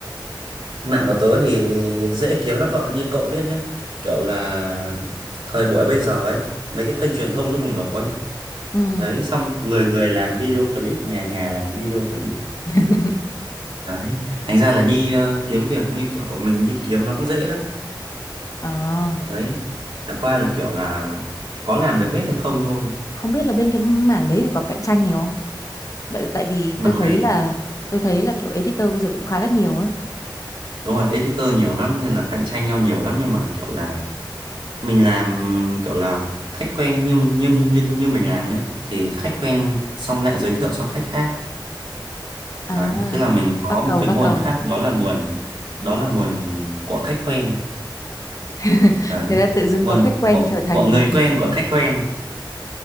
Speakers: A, on the right (about 75°); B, on the left (about 40°).
A: mạng của tớ thì dễ kiếm lắm các bạn. Như cậu biết nhá, kiểu là thời buổi bây giờ ấy, mấy cái kênh truyền thông nó bùng nổ ấy.
B: Ừ.
A: Đấy, xong người người làm video clip, nhà nhà làm video clip.
B: <laughs>
A: Đấy, thành ra là đi ờ, kiếm việc như kiểu mình đi kiếm nó cũng dễ lắm.
B: À,
A: Đấy, chả qua là kiểu là có làm được hết hay không thôi.
B: không biết là bên cái mảng đấy thì có cạnh tranh nhiều không? Bởi- Tại vì
A: Mạng
B: tôi thấy
A: này,
B: là tôi thấy là kiểu editor bây giờ cũng khá là nhiều ấy.
A: đúng rồi, editor nhiều lắm nên là cạnh tranh nhau nhiều lắm nhưng mà kiểu là mình làm kiểu là khách quen như như như như mình làm nhá thì khách quen xong lại giới thiệu cho khách khác
B: À,
A: đấy thế là mình có
B: bắc cầu
A: một cái
B: bắc
A: nguồn
B: cầu.
A: khác đó là nguồn đó là nguồn của khách quen
B: <laughs>
A: đấy
B: Thế là tự dưng
A: nguồn
B: có khách quen
A: của,
B: trở thành
A: của người
B: <laughs>
A: quen của khách quen